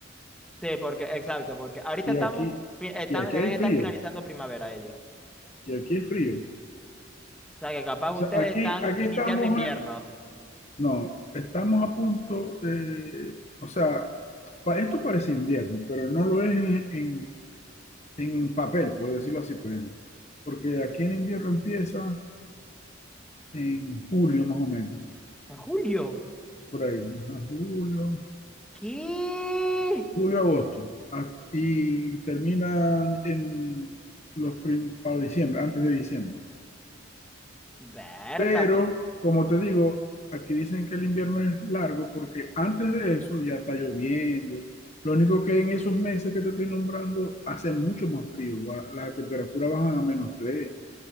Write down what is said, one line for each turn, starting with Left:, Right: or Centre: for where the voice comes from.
Centre: Sí, porque, exacto, porque ahorita
Left: y
Centre: estamos,
Left: aquí,
Centre: fi- están-
Left: y aquí
Centre: deben
Left: hay frío,
Centre: estar finalizando primavera ellos.
Left: y aquí es frío.
Centre: O sea, que capaz
Left: O
Centre: ustedes
Left: sea, aquí,
Centre: están
Left: aquí
Centre: iniciando
Left: estamos,
Centre: invierno.
Left: a- no, estamos a punto, eh, o sea, pa- esto parece invierno, pero no lo es en, en- en papel, por decirlo así, pues, porque aquí en invierno empieza en julio más o menos,
Centre: En julio.
Left: por ahí, ajá, julio,
Centre: ¿Qué?
Left: julio, agosto, a- y terminan en los prim- para diciembre, antes de diciembre.
Centre: Vértale.
Left: Pero, como te digo, aquí dicen que el invierno es largo porque antes de eso ya está lloviendo. Lo único que en esos meses que te estoy nombrando hace mucho más frío, va- la temperatura baja a menos tres